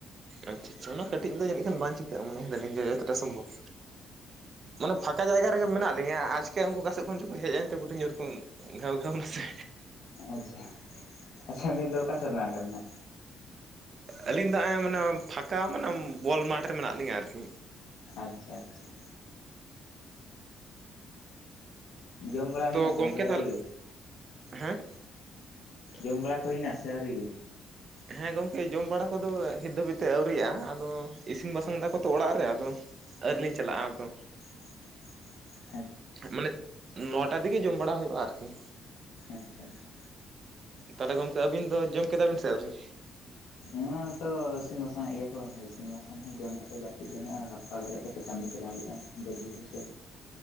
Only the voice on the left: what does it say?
ᱟᱪᱪᱷᱟ ᱟᱪᱪᱷᱟ ᱱᱤᱛ ᱫᱚ ᱚᱠᱟ ᱥᱮᱫ ᱢᱮᱱᱟᱜ ᱟᱠᱟᱫ ᱵᱤᱱᱟᱹ?
ᱟᱪᱪᱷᱟ ᱟᱪᱪᱷᱟ ᱾ ᱡᱚᱢ ᱵᱟᱲᱟ
ᱦᱩᱭᱱᱟ ᱥᱮ
ᱜᱚᱝᱠᱮ ᱟᱹᱣᱨᱤᱜᱮ
ᱡᱚᱢ ᱵᱟᱲᱟ ᱠᱚ ᱦᱩᱭᱱᱟ ᱥᱮ ᱟᱹᱣᱨᱤ ᱜᱮ?
<unintelligible>
ᱟᱪᱪᱷᱟ ᱟᱪᱪᱷᱟ᱾
ᱱᱚᱣᱟᱛᱚ ᱤᱥᱤᱱ ᱵᱟᱥᱟᱝ ᱮᱫ ᱜᱮᱭᱟᱠᱚ ᱤᱥᱤᱱ ᱵᱟᱥᱟᱝ ᱦᱚᱸ ᱡᱚᱢ ᱠᱟᱛᱮ ᱡᱟᱹᱯᱤᱫ ᱡᱚᱢ ᱦᱩᱭᱩᱜᱼᱟ ᱟᱨ ᱜᱟᱯᱟ ᱵᱮᱨᱮᱫ ᱠᱟᱛᱮ ᱠᱟᱹᱢᱤ ᱪᱟᱞᱟᱣ ᱦᱩᱭᱩᱜᱼᱟ᱾ <unintelligible>